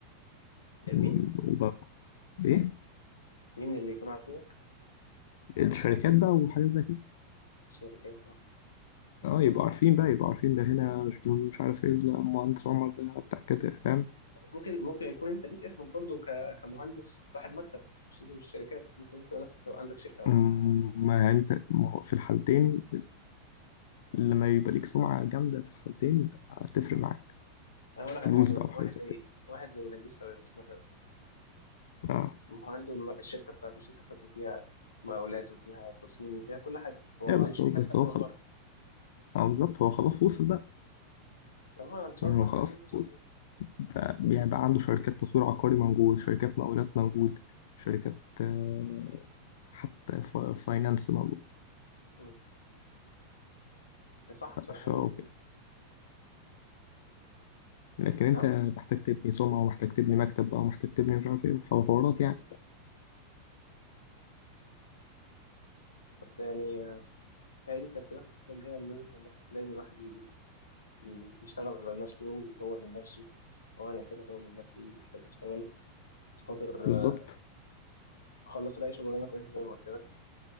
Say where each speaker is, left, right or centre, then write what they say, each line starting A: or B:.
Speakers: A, on the left; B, on the left.
A: لمين
B: إن- وبقى ايه
A: مين اللي يكون عارفينه
B: الشركات بقى وحاجات زي كده
A: الشركات اه
B: اه يبقوا عارفين بقى يبقوا عارفين ده هنا شكله مش عارف ايه لا، مهندس عمر ده بتاع كده فاهم
A: ممكن ممكن يكون انت ليك اسمك برضه ك... كمهندس صاحب مكتب مش لازم الشركات ممكن انت نفسك تبقى عندك شركه او
B: مم،
A: مكتب
B: ما انت ما هو في الحالتين لما يبقى ليك سمعة جامدة في الحالتين هتفرق معاك
A: انا
B: فلوس
A: هقول لك على حاجه
B: بقى
A: مثلا
B: وحاجات
A: واحد زي
B: زي كده
A: واحد زي نجيب ساويرس مثلا
B: اه
A: ما هو عنده م- الشركه بتاعته الشركه بتاعته فيها مقاولات وفيها تصميم وفيها كل حاجه هو
B: ايه بس
A: مش
B: هو
A: محتاج
B: بس
A: حد
B: هو
A: من
B: خلاص
A: بره
B: اه بالظبط هو خلاص وصل بقى
A: طبعا ان شاء
B: يعني
A: الله
B: هو
A: احنا
B: خلاص
A: كمان نوصل
B: وصل.
A: زي
B: فبيبقى عنده شركات تطوير عقاري موجود شركات مقاولات موجود شركات آه، حتى فا- فاينانس موجود
A: مم. صح بصراحه
B: فشو
A: هي وجهه
B: كده
A: نظر
B: لكن انت
A: نعم
B: محتاج تبني سمعة ومحتاج تبني مكتب او محتاج تبني مش عارف ايه وحوارات يعني
A: بس يعني آه، هي دي ترتيبات الفتره الجايه اللي لازم نعملها لازم الواحد ي- يشتغل على نفسه ويطور من نفسه هو انا محتاج اطور من نفسي محتاج اشتغل عشان خاطر
B: بالظبط
A: آه، اخلص الاقي شغلانه كويسه زي ما قلت لك